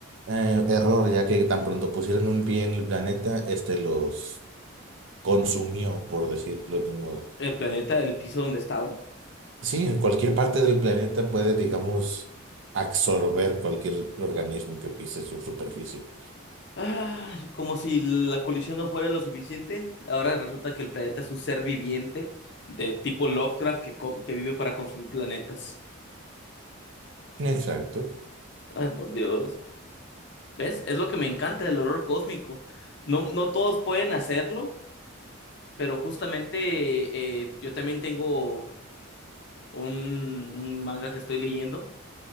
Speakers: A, on the right (about 60°); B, on the left (about 50°).
A: Eh, error, ya que tan pronto pusieron un pie en el planeta, este los consumió, por decirlo de un modo.
B: el planeta, el piso donde estaban.
A: Sí, en cualquier parte del planeta puede, digamos, absorber cualquier organismo que pise su superficie.
B: Ay, como si la colisión no fuera lo suficiente, ahora resulta que el planeta es un ser viviente de tipo Lovecraft que, com- que vive para consumir planetas.
A: Exacto,
B: Ay, por Dios. ¿Ves? Es lo que me encanta del horror cósmico. No, no todos pueden hacerlo, pero justamente eh, yo también tengo un, un manga que estoy leyendo.